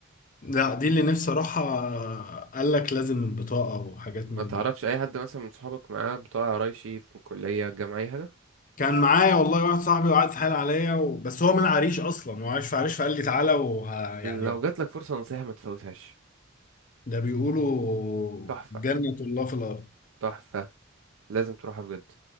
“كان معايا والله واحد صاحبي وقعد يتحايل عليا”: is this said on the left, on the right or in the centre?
Left